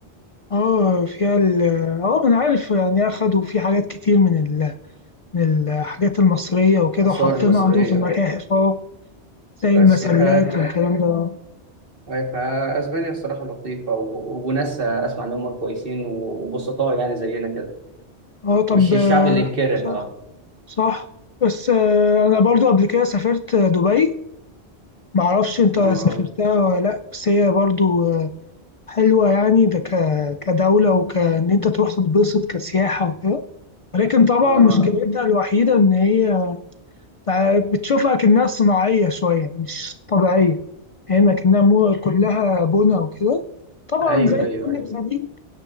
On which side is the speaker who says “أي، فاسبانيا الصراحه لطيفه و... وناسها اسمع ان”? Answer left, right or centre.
Right